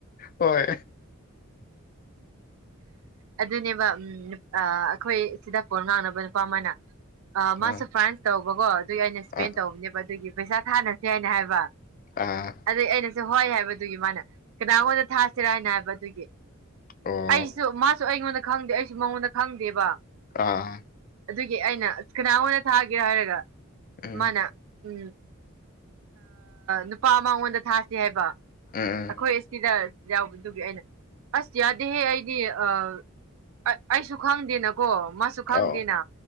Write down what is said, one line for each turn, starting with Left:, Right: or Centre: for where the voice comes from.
Left: ꯍꯣꯏ
Right: ꯑꯗꯨꯅꯦꯕ ꯑꯩꯈꯣꯏ ꯁꯤꯗ ꯄꯣꯜ ꯉꯥꯡꯅꯕ ꯅꯨꯄꯥ ꯑꯃꯅ ꯑ ꯃꯥꯁꯨ
Left: ꯍꯣꯏ
Right: ꯐ꯭ꯔꯥꯟꯁ ꯇꯧꯕꯀꯣ ꯑꯗꯨꯒꯤ ꯑꯩꯅ ꯏꯁꯄꯦꯟ
Left: ꯑꯥ
Right: ꯇꯧꯕꯅꯦꯕ ꯑꯗꯨꯒꯤ ꯄꯩꯁꯥ ꯊꯥꯅꯁꯦ ꯍꯥꯏꯅ ꯍꯥꯏꯕ
Left: ꯑꯥ
Right: ꯑꯗꯨꯗꯩ ꯑꯩꯅꯁꯨ ꯍꯣꯏ ꯍꯥꯏꯕꯗꯨꯒꯤ ꯃꯥꯅ ꯀꯅꯥꯉꯣꯟꯗ ꯊꯥꯁꯤꯔꯥ ꯍꯥꯏꯅ ꯍꯥꯏꯕ ꯑꯗꯨꯒꯤ
Left: ꯑꯣ
Right: ꯑꯩꯁꯨ ꯃꯥꯁꯨ ꯑꯩꯉꯣꯟꯗ ꯈꯪꯗꯦ ꯑꯩꯁꯨ ꯃꯉꯣꯟꯗ ꯈꯪꯗꯦꯕ
Left: ꯑꯥ
Right: ꯑꯗꯨꯒꯤ ꯑꯩꯅ ꯑꯁ ꯀꯅꯥꯗ ꯊꯥꯒꯦꯔꯣ ꯍꯥꯏꯔꯒ
Left: ꯎꯝ
Right: ꯃꯥꯅ ꯎꯝ ꯅꯨꯄꯥ ꯃꯉꯣꯟꯗ ꯊꯥꯁꯤ ꯍꯥꯏꯕ
Left: ꯎꯝ ꯎꯝ
Right: ꯑꯩꯈꯣꯏ ꯑꯁꯤꯗ ꯌꯥꯎꯕꯗꯨꯒꯤ ꯑꯩꯅ ꯑꯁ ꯌꯥꯗꯦꯍꯦ ꯑꯩꯗꯤ ꯑ ꯑꯩꯁꯨ ꯈꯪꯗꯦꯅꯀꯣ ꯁꯨ ꯈꯪꯗꯦꯅ
Left: ꯑꯧ